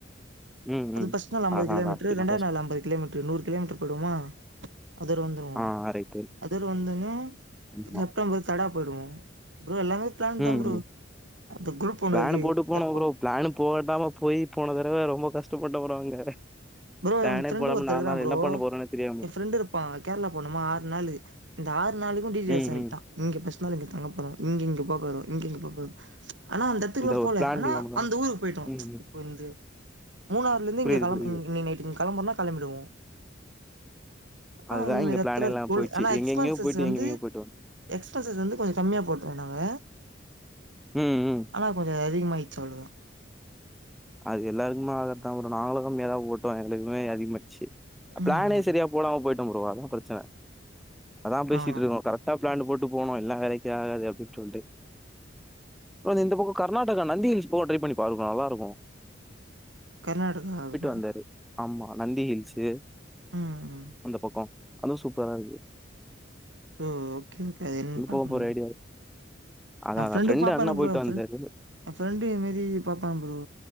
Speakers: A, in the centre; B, on the right.
A: ம்,
B: அது
A: ம்.
B: பர்ஸ்ட் நாள் அம்பது
A: அதான்,
B: கிலோமீட்டர்
A: அதான். அப்படின்னா
B: ரெண்டாவது
A: ஃபர்ஸ்ட்
B: நாள் அம்பது கிலோமீட்டரு நூறு கிலோமீட்டர் போயடுமா அதுரு வந்துருவோம்
A: ஆ ரைட்டு.
B: அதுரு வந்தோன்ன
A: ஆமா.
B: செப்டம்பரு தடா போயிடுவோம் ப்ரோ எல்லாமே பிளான்
A: உம்
B: தான் ப்ரோ அந்த குரூப் ஒண்ணு
A: பிளான்
B: இருக்கு
A: போட்டு போனே
B: எப்போ
A: ப்ரோ பிளான் போடமா போயி போன தடவ ரொம்ப கஷ்டப்பட்டேன் ப்ரோ அங்க
B: ப்ரோ
A: பிளானே
B: எங்க ஃப்ரெண்டு
A: போடாம
B: ஒருத்தன் இருக்கறான்
A: நாள்
B: ப்ரோ
A: என்ன பண்ண போறோம்னே தெரியாம.
B: என் ஃப்ரெண்டு இருப்பான் கேரளா போனுமா ஆறு நாள் இந்த ஆறு நாளைக்கும் டிடீயல்ஸ்
A: ம்,
B: அனுப்பிட்டான்
A: ம்.
B: அனுப்புற இங்க இங்க போகணும் இங்கங்க போகது ஆனா அந்த இடத்துக்கெல்லாம்
A: ஒரு
B: போலா
A: பிளான்
B: ஆனா
A: இல்லாம தான்
B: அந்த ஊருக்கு போயிட்டோம்
A: ம், ம்.
B: இப்போந்து மூணாருல இருந்து
A: புரியுது,
B: இங்க கிளம்பு
A: புரியுது.
B: கிளம்பறனா கிளம்பிடுவோம் ஆனா
A: அதுதான்
B: இந்த மாரி
A: இங்க
B: எடத்துல
A: பிளான் இல்லாம
B: உ
A: போயிடுச்சு.
B: ஆனா எக்ஸ்பென்சஸ்
A: எங்கெங்கேயோ போயிட்டு
B: வந்து
A: எங்கெங்கேயோ போயிட்டு வந்தோம்.
B: எக்ஸ்பென்சஷ் வந்து கொஞ்சம் கம்மியா போட்டுருவோம் நாங்க
A: ம், ம்.
B: ஆனா கொஞ்சம் அதிகமா ஆச்சு அவ்ளோ தான்
A: அது எல்லாருக்குமே ஆகற தான் ப்ரோ நாங்களுக்கும் மேலாவ போட்டோம் எங்களுக்குமே அதிக மாச்சி பிளானே
B: ம்
A: சரியா போடாம போயிட்டோம் ப்ரோ அதான் பிரச்சனை அதான் பேசிட்டு
B: ஆ
A: இருக்கோம் கரெக்டா பிளான் போட்டு போனோம் இல்லன்னா வேலைக்கு ஆகாது அப்படின்னு சொல்லிட்டு ஓ அது இந்த பக்கம் கர்நாடகா நந்தி ஹில்ஸ் போக ட்ரை பண்ணி பாருங்க நல்ல இருக்கும்
B: கர்நாடக <unintelligible>
A: வந்தாரு. ஆமா நந்தி ஹில்ஸு
B: ம் ம்
A: அந்த பக்கோ அதுவு சூப்பரா தா இருக்கு
B: ஓ ஓகே ஓகே அது என்னன்னு
A: அந்த
B: பாக்கணு
A: பக்கம் போற ஐடியா இருக்கு. அதான்
B: எ
A: அதான்
B: ப்ரெண்டு
A: ஃப்ரெண்டு
B: பாப்பா
A: அண்ணா
B: தா ப்ரோ
A: போயிட்டு
B: எ
A: வந்தாரு.
B: ஃபிரண் என் ஃபிரண்ட்ட இது மாரி பாப்பா ப்ரோ